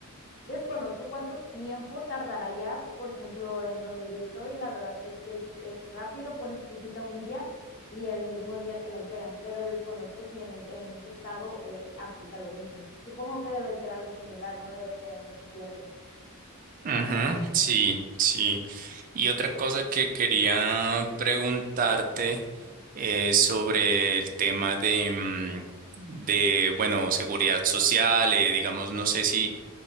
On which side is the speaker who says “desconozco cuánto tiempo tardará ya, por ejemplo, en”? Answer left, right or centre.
Left